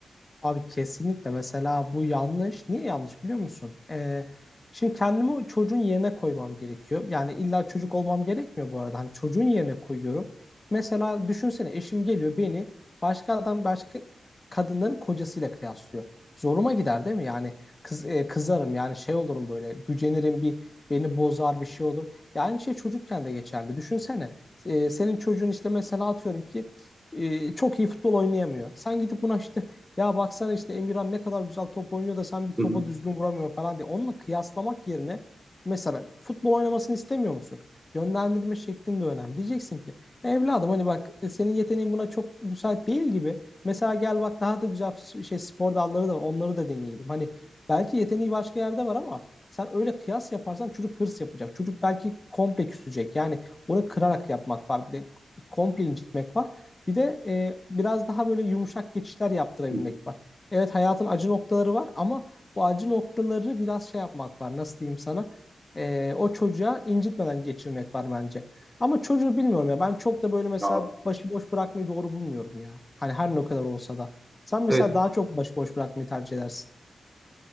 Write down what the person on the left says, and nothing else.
Abi kesinlikle mesela bu yanlış. Niye yanlış biliyor musun? Ee, şimdi kendimi o çocuğun yerine koymam gerekiyor. Yani illa çocuk olmam gerekmiyor bu arada. Hani çocuğun yerine koyuyorum. Mesela düşünsene eşim geliyor beni başka adam başka kadınların kocasıyla kıyaslıyor. Zoruma gider değil mi? Yani kız, e, kızarım yani şey olurum böyle gücenirim bir beni bozar bir şey olur. Yani şey çocukken de geçerli. Düşünsene e, senin çocuğun işte mesela atıyorum ki e, çok iyi futbol oynayamıyor. Sen gidip buna işte ya baksana işte Emirhan ne kadar güzel top oynuyor da sen bir topa
düzgün vuramıyorsun falan diye. Onunla kıyaslamak yerine mesela futbol oynamasını istemiyor musun? Yönlendirme şeklin de önemli. Diyeceksin ki "Ya evladım hani bak e, senin yeteneğin buna çok müsait değil gibi. Mesela gel bak daha da güzel s- şey spor dalları da var. Onları da deneyelim. Hani belki yeteneği başka yerde var ama sen öyle kıyas yaparsan çocuk hırs yapacak. Çocuk belki komple küsecek. Yani onu kırarak yapmak var. Bir de komple incitmek var. Bir de e, biraz daha böyle yumuşak geçişler yaptırabilmek
var. Evet hayatın acı noktaları var ama bu acı noktaları biraz şey yapmak var. Nasıl diyeyim sana? E, o çocuğa incitmeden geçirmek var bence. Ama çocuğu bilmiyorum ya. Ben çok da böyle mesela
başıboş bırakmayı doğru bulmuyorum ya. Hani her ne kadar olsa da. Sen mesela
daha çok başıboş bırakmayı tercih edersin.